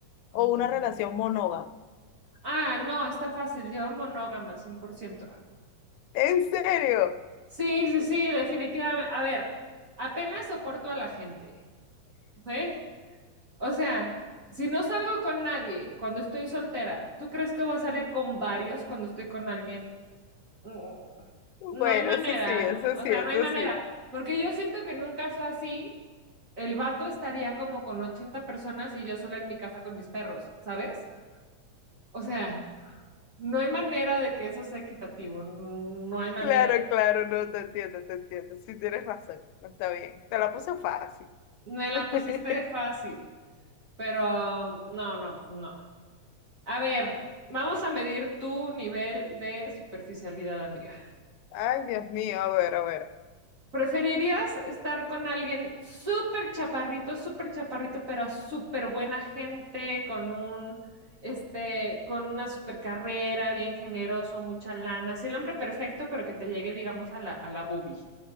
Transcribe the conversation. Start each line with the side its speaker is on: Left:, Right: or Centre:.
Left: o
Right: um,
Left: una relación monógama?
Right: Ah, no, está fácil. Yo monógama, cien por ciento
Left: ¿En serio?
Right: Sí, sí, sí, definitivamente. A ver, apenas soporto a la gente, ¿sí? O sea, si no salgo con nadie cuando estoy soltera, ¿tú crees que voy a salir con varios cuando estoy con alguien? Mm,
Left: Bueno,
Right: No hay manera.
Left: eso sí, eso
Right: O
Left: sí,
Right: sea,
Left: eso
Right: no hay manera.
Left: sí.
Right: Porque yo siento que en un caso así, el vato estaría como con 80 personas y yo sola en mi casa con mis perros, ¿sabes? O sea... No hay manera de que eso sea equitativo, n- no hay manera.
Left: Claro, claro, no, te entiendo, te entiendo. Sí, tienes razón, no está bien. Te la puse fácil.
Right: Me la
Left: <laughs>
Right: pusiste fácil, pero no, no, no. A ver, vamos a medir tu nivel de superficialidad, amiga.
Left: Ay, Dios mío, a ver, a ver.
Right: ¿Preferirías estar con alguien súper chaparrito, súper chaparrito, pero súper buena gente, con un, este, con una súper carrera, bien generoso, mucha lana? Así el hombre perfecto, pero que te llegue, digamos, a la, a la boobie,